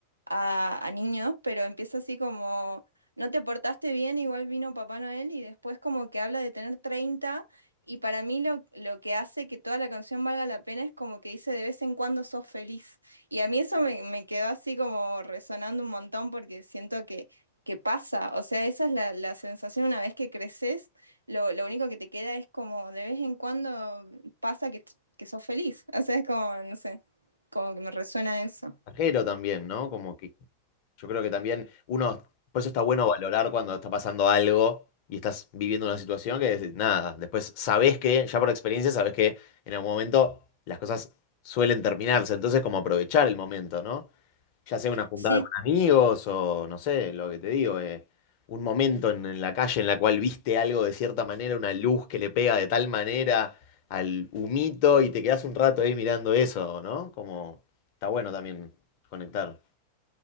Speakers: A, on the right (about 80°); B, on the left (about 45°).
A: a, a niños, pero empieza así como, no te portaste bien, igual vino Papá Noel, y después como que habla de tener 30 y para mí lo, lo que hace que toda la canción valga la pena es como que dice de vez en cuando sos feliz. Y a mí eso me, me quedó así como resonando un montón porque siento que, que pasa, o sea, esa es la, la sensación una vez que creces, lo, lo único que te queda es como de vez en cuando pasa que, que sos feliz, o sea, es como, no sé, como que me resuena eso.
B: Ajero también, ¿no? Como que yo creo que también uno, por eso está bueno valorar cuando está pasando algo y estás viviendo una situación que es- nada, después sabés que, ya por experiencia, sabés que en algún momento las cosas suelen terminarse, entonces como aprovechar el momento, ¿no? Ya sea una juntada
A: Sí,
B: con amigos o no sé, lo que te digo, eh, un momento en, en la calle en la cual viste algo de cierta manera, una luz que le pega de tal manera al humito y te quedás un rato ahí mirando eso, ¿no? Como está bueno también. Conectaron.